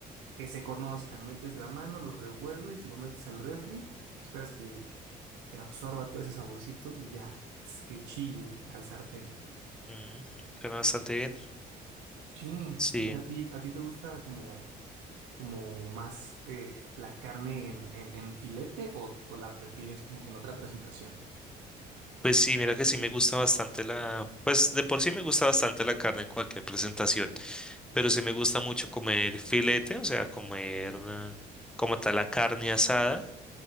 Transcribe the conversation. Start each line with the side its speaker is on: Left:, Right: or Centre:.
Right: que se conozcan. Metes la mano, los revuelves, lo metes al refri, esperas que, que absorba todo ese saborcito y ya, tss, que chille al sartén.
Centre: mm, suena bastante bien.
Right: Sí,
Centre: Sí,
Right: sí, a ti, a ti te gusta como, como más eh, la carne en, en, en filete o, o la prefieres como que en otra presentación.
Centre: pues sí, mira que sí me gusta bastante la, pues de por sí me gusta bastante la carne en cualquier presentación, pero sí me gusta mucho comer filete, o sea, comer eh, como tal la carne asada,